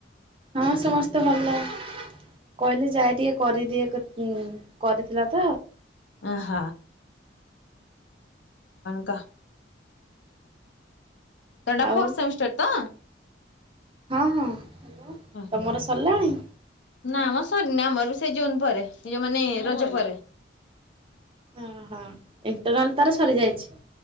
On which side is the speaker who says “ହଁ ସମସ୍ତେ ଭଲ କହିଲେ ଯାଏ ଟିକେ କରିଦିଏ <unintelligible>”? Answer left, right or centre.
Right